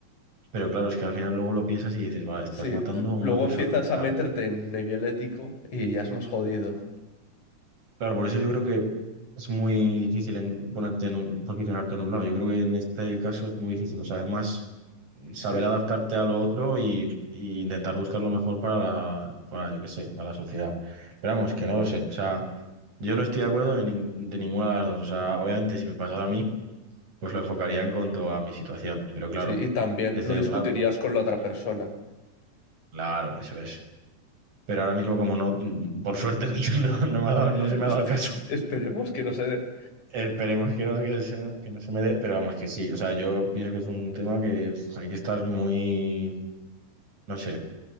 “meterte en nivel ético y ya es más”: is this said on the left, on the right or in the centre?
Left